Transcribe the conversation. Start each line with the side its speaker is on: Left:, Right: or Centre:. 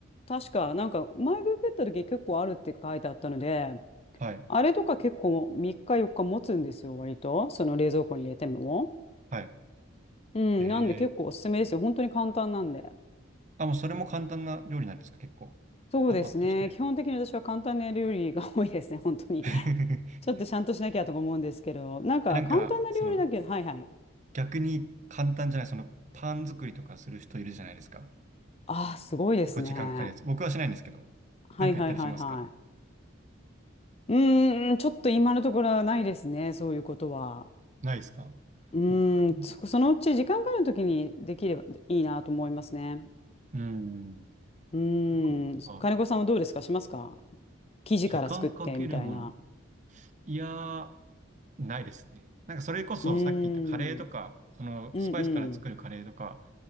Left: 確かなんか、前ググった時結構あるって書いてあったので、
Right: はい、
Left: あれとか結構3日4日持つんですよ、割と。その冷蔵庫に入れても。
Right: はい。
Left: うん、
Right: へえ。
Left: なんで結構おすすめですよ。本当に簡単なんで。
Right: あ、もうそれも簡単な料理なんですか、結構。
Left: そうですね。
Right: パパッと作れる。
Left: 基本的に私は簡単な料理が多いですね、本当に。
Right: <laughs>
Left: ちょっとちゃんとしなきゃとか思うんですけど、なんか簡単な料理だけど、
Right: え、なんか、その、
Left: はいはい。
Right: 逆に簡単じゃない、その、パン作りとかする人いるじゃないですか。
Left: ああ、すごいですね。
Right: 結構時間かかるやつ。僕はしないんですけど。
Left: はいはいはいは
Right: なんかやったりしますか
Left: い。うーん、ちょっと今のところはないですね、そういうことは。
Right: ないですか僕も、
Left: うーん、そ、そのうち時間があるときにできればいいなと思いますね。
Right: うん。
Left: うーん、
Right: 僕もなんか、
Left: 金子さんはどうですかしますか生地から作ってみたいな。
Right: 時間かけるもの。いやー、ないですね。なんかそれこそさっき言ったカレーとか、
Left: うーん、
Right: そのスパイスから作るカレーとか
Left: うんうん。